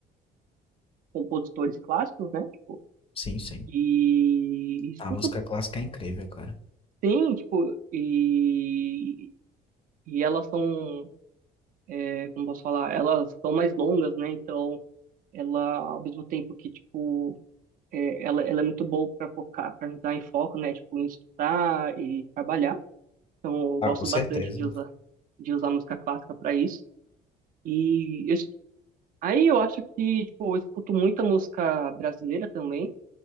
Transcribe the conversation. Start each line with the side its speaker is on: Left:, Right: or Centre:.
Right: compositores clássicos, né? Tipo,
Left: Sim, sim.
Right: e escuto,
Left: A música clássica é incrível, cara.
Right: sim, tipo, e E elas são, é, como posso falar, elas são mais longas, né? Então, ela, ao mesmo tempo que, tipo, é, ela, ela é muito boa para focar, para ajudar em foco, né? Tipo, em estudar e trabalhar. Então, eu
Left: Ah,
Right: gosto
Left: com certeza.
Right: bastante de usar, de usar música clássica para isso. E eu es- aí eu acho que, tipo, eu escuto muita música brasileira também